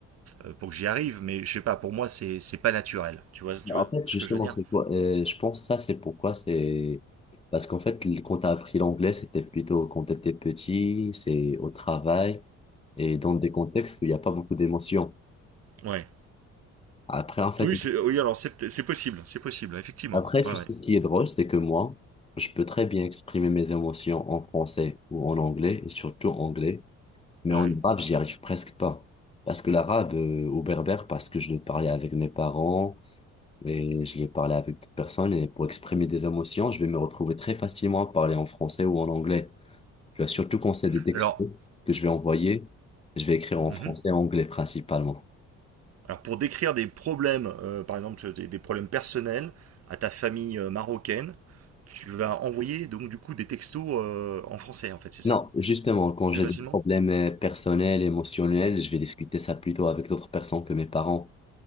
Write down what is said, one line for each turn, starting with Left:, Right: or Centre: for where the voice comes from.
Right: euh, pour que j'y arrive, mais je sais pas, pour moi c'est c'est pas naturel. Tu vois, tu
Left: en
Right: vois
Left: fait,
Right: ce
Left: justement,
Right: que je veux dire
Left: c'est quoi? euh, je pense ça, c'est pourquoi c'est... Parce qu'en fait, l- quand t'as appris l'anglais, c'était plutôt quand t'étais petit, c'est au travail et dans des contextes où il n'y a pas beaucoup d'émotions.
Right: Ouais.
Left: Après, en fait,
Right: Oui, c'est oui, alors c'est c'est possible, c'est possible, effectivement.
Left: après, tu
Right: Ouais, ouais.
Left: sais ce qui est drôle, c'est que moi, je peux très bien exprimer mes émotions en français ou en anglais, et surtout anglais. Mais
Right: ouais.
Left: en arabe, j'y arrive presque pas. Parce que l'arabe, euh, au berbère, parce que je l'ai parlé avec mes parents et je l'ai parlé avec d'autres personnes. Et pour exprimer des émotions, je vais me retrouver très facilement à parler en français ou en anglais. Tu vois, surtout quand c'est des textos
Right: Alors,
Left: que je vais envoyer, je vais écrire en
Right: mhm.
Left: français et anglais principalement.
Right: Alors pour décrire des problèmes, euh, par exemple des, des problèmes personnels à ta famille euh, marocaine, tu vas envoyer donc du coup des textos euh, en français en fait, c'est ça
Left: Non, justement, quand
Right: Plus
Left: j'ai
Right: facilement
Left: des problèmes euh, personnels, émotionnels, je vais discuter ça plutôt avec d'autres personnes que mes parents.